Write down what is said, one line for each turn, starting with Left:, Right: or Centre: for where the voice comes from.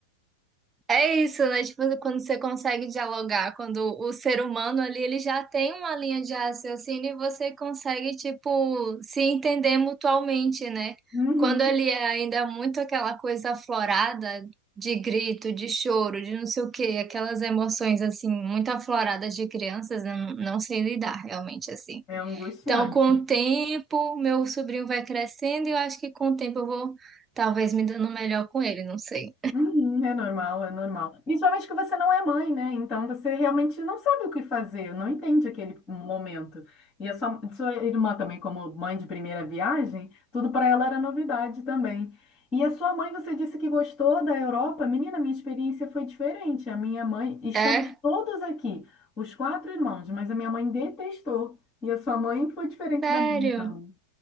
Right: É isso, né? Tipo, quando você consegue dialogar, quando o ser humano ali, ele já tem uma linha de raciocínio e você consegue, tipo, se entender mutualmente, né?
Left: Uhum.
Right: Quando ali é ainda muito aquela coisa aflorada de grito, de choro, de não sei o quê, aquelas emoções, assim, muito afloradas de crianças, eu não não sei lidar realmente, assim.
Left: É angustiante.
Right: Então, com o tempo, meu sobrinho vai crescendo e eu acho que com o tempo eu vou talvez me dando melhor com ele, não sei.
Left: Uhum, é normal, é normal. Principalmente que você não é mãe, né? Então você realmente não sabe o que fazer, não entende aquele momento. E a sua, sua irmã também, como mãe de primeira viagem, tudo para ela era novidade também. E a sua mãe, você disse que gostou da Europa. Menina, minha experiência foi diferente. A minha mãe, estamos
Right: É?
Left: todos aqui, os quatro irmãos, mas a minha mãe detestou. E a sua mãe foi diferente
Right: Sério?
Left: da minha, então.